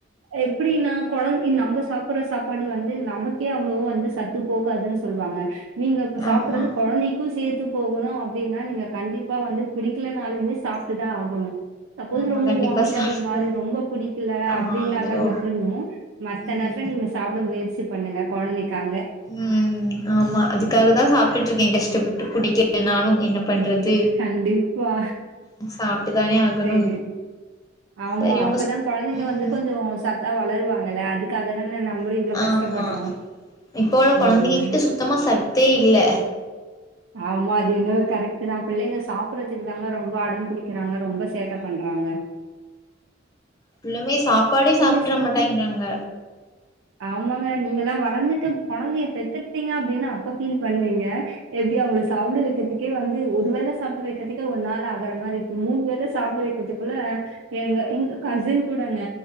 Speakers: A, on the right; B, on the left.
A: எப்டின்னா குழந்தை நம்ம சாப்பிடுற சாப்பாடு வந்து நமக்கே அவ்வளவா வந்து சத் போகாதுன்னு சொல்லுவாங்க நீங்க இப்ப சாப்பிடுறது
B: ஆமா
A: குழந்தைக் சேர்த்து போகணு அப்டின்னா நீங்க கண்டிப்பா வந்து பிடிக்கலனாலுமே சாப்ட்டுதா ஆகணு சப்போஸ்
B: ஆமா
A: ரொம்ப
B: கண்டிப்பா
A: வாமிட்டா
B: சாப்ட்டுதா
A: ஒரு மாரி ரொம்ப பிடிக்கல
B: ஆ
A: அப்படின்னாாதா
B: ஐயோ
A: விட்ருணு மத்த
B: ம்
A: நேரத்துல நீங்க சாப்ட முயற்சி பண்ணுங்க குழந்தைக்காக
B: உம் ஆமா அதுக்காக தா சாப்ட்டுட்டு இருக்கே கஷ்டப்பட்டு பிடிக்கலனாலு என்ன பண்றது
A: கண்டிப்பா.
B: தி சாப்ட்டு தானே ஆகணு
A: சரி. ஆமா
B: சரி உங்க
A: அப்பதா
B: ஸ்கூ
A: குழந்தைங்க
B: ம்
A: வந்து கொஞ்சோ சத்தா வளருவாங்கல்ல அதுக்காக தா நம்பளு இவ்ளோ கஷ்
B: ஆமா
A: கஷ்டப்படுறோ
B: இப்போ உள்ள குழந்தைங்ககிட்ட
A: ம்.
B: சுத்தமா சத்தே இல்ல
A: ஆமா அது என்ன கரெக்ட் தா பிள்ளைங்க சாப்பிடுறதுக்கு தாங்க ரொம்ப அடம் புடிக்கிறாங்க ரொம்ப சேட்ட பண்றாங்க
B: புல்லுமே சாப்பாடே சாப்ட
A: நீங்க
B: மாட்டேங்கிறாங்க
A: ஆமாங்க நீங்கல்லா வளர்ந்துட்டு குழந்தைய பெத்துட்டீங்க அப்டின்னா அப்ப ஃபீல் பண்ணுவீங்க எப்டியு அவங்கள சாப்ட வைக்கிறதுக்கே வந்து ஒரு வேல சாப்பிட வைக்கிறதுக்கே ஒரு நாள் ஆகுற மாரி இருக்கு மூணு வேலை சா சாப்ட வைக்கிறதுக்குள்ள எங்க எங்க கசின் கூடங்க